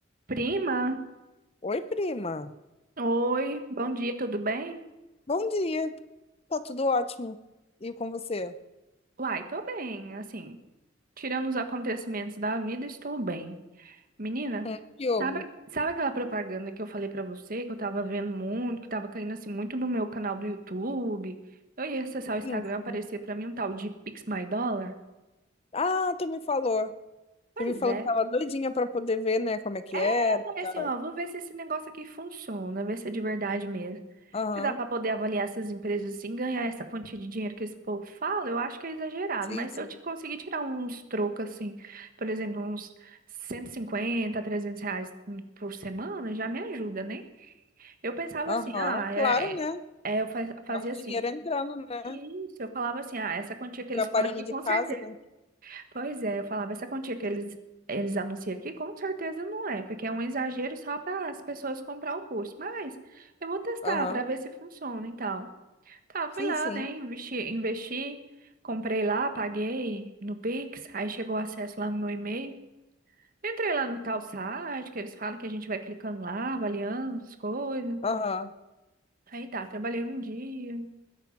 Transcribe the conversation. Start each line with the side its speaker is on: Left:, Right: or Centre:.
Right: Prima,
Left: Oi, prima.
Right: oi, bom dia, tudo bem?
Left: Bom dia. Tá tudo ótimo. E com você?
Right: Uai, tô bem, assim, tirando os acontecimentos da vida, estou bem. Menina,
Left: Hum, Que houve?
Right: sabe, sabe aquela propaganda que eu falei pra você, que eu tava vendo muito, que tava caindo assim muito no meu canal do YouTube? Eu ia acessar o Instagram,
Left: Sim,
Right: aparecia
Left: sim.
Right: pra mim um tal de Pix My Dollar?
Left: Ah, tu me falou.
Right: Pois
Left: Tu me falou
Right: é,
Left: que tava doidinha pra poder ver, né, como é que
Right: É,
Left: era
Right: eu falei
Left: e tal.
Right: assim, ó, vou ver se esse negócio aqui funciona, ver se é de verdade mesmo.
Left: Aham.
Right: Se dá para poder avaliar essas empresas assim, ganhar essa quantia de dinheiro que esse povo fala, eu acho que é exagerado,
Left: Sim,
Right: mas
Left: sim.
Right: se eu te conseguir tirar uns trocos assim, por exemplo, uns 150, 300 reais por semana, já me ajuda, né? Eu pensava
Left: Aham.
Right: assim, ah, é,
Left: Claro,
Right: é-
Left: né?
Right: é, eu fa- fazia
Left: Tava o
Right: assim.
Left: dinheiro entrando, né?
Right: Isso, eu falava assim, ah, essa quantia que
Left: Trabalhando
Right: eles falam aqui,
Left: de
Right: com
Left: casa,
Right: certeza
Left: né?
Right: Pois é, eu falava essa quantia que eles, eles anunciam aqui, com certeza não é, porque é um exagero só para as pessoas comprar o curso. Mas eu vou testar
Left: Aham.
Right: para ver se funciona e tal. Tá, fui
Left: Sim,
Right: lá,
Left: sim.
Right: né? Investi, investi, comprei lá, paguei no Pix, aí chegou o acesso lá no meu e-mail. Entrei lá no tal site, que eles falam que a gente vai clicando lá, avaliando as coisas.
Left: Aham.
Right: Aí tá, trabalhei um dia,